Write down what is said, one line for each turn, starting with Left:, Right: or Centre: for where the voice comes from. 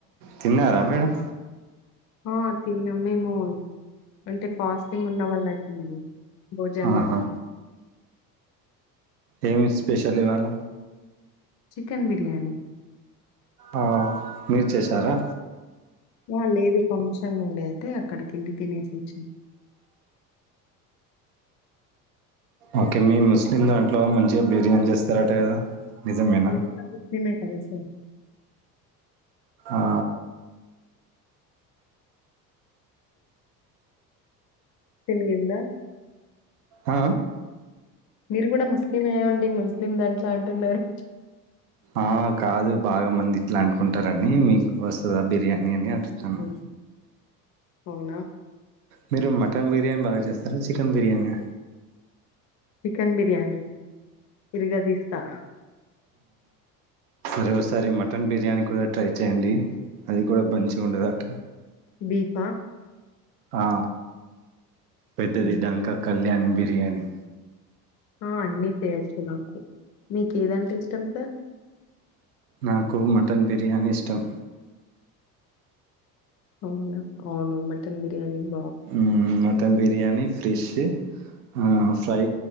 Right: తిన్నరా మేడం
Left: ఆ తిన్నాం మేము అంటే ఫాస్టింగ్ ఉన్న వాళ్ళకి భోజనం
Right: ఆహా ఏమి స్పెషల్ ఇవాళ
Left: చికెన్ బిర్యానీ
Right: ఆ మీరు చేసారా
Left: ఆ లేదు ఫంక్షన్ ఉండే అయితే అక్కడికి వెళ్ళి తినేసి వచ్చామ
Right: ఓకే మీ ముస్లిం దాంట్లో మంచిగా బిర్యానీ చేస్తారట కదా నిజమేనా
Left: అంతా ఉట్టిగానే అదే సర్
Right: ఆ
Left: తినగిందా
Right: ఆ
Left: మీరు కూడా ముస్లిమే అండి ముస్లిం దాంట్లో అంటున్నారు
Right: ఆ కాదు బాగా మంది ఇట్లా అనుకుంటారు మీకు వస్తదా బిర్యానీ అని అడ్ చనా
Left: హ్మ్. అవునా
Right: మీరు మటన్ బిర్యానీ బాగా చేస్తారా చికెన్ బిర్యానీ
Left: చికెన్ బిర్యానీ ఇరగ తీస్తా
Right: అరే ఒకసారి మటన్ బిర్ బిర్యానీ కూడా ట్రై చేయండి అది కూడా బంచిగా ఉండదు అట
Left: బీఫా ఆ
Right: ఆ పెద్దది
Left: హ్మ్.
Right: డంక కళ్యాణి బిర్యానీ
Left: ఆ అన్ని చేసేసుకున్నాం మీకు ఏదంటే ఇష్టం సర్
Right: నాకు మటన్ బిర్యానీ ఇష్టం
Left: అవునా అవును మటన్ బిర్యానీ నే
Right: ఉమ్ మటన్ బిర్యానీ ఫ్రిష్ ఆ ఫ్రై